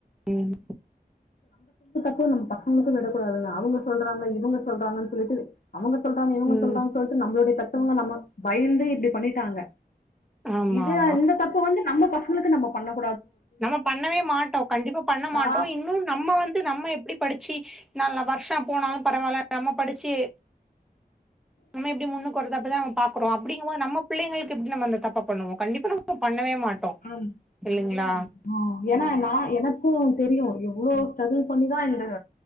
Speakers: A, in the centre; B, on the left (about 60°).
A: உம்
B: ஒ நம்ம பசங்களுக்கும் விடக்கூடாதுங்க அவங்க சொல்றாங்க இவங்க சொல்றாங்கன்னு சொல்லிட்டு அவங்க சொல்றாங்க இவங்க
A: ம்
B: சொல்றாங்க சொல்ட்டு நம்மளுடை தப் வுங்க நம்ம வயந்து இப்படி பண்ணிட்டாங்க
A: ஆமா
B: இது
A: ஆமா
B: இந்த பக்கம் வந்து நம்ம பசங்களுக்கு நம் பண்ணப்
A: நம்ம பண்ணவே மாட்டோம் கண்டிப்பா பண்ண மாட்டோம்
B: ஆ
A: இன்னோன் நம்ம வந்து நம்ம எப்படி படிச்சு ந வருஷம் போனாலும் பரவாயில நம்ம படிச்சு நம்ம எப்படி முன்னுக்கு வரதப் பாக்றோம் அப்படிங்கும் போது நம்ம பிள்ளைகளுக்கு எப்படி நம்ம தப்ப பண்ணுவோம் கண்டிப்ப பண்ணவே மாட்டோ
B: ஆம்
A: இல்லைங்களா
B: பண்ணவே மாட்டோம் ஆஹ ஏன்னா நான் எனக்கும் தெரியும் எவ்வுளோ ஸ்ட்ரகிள் பண்ணிதான் என்னுடைய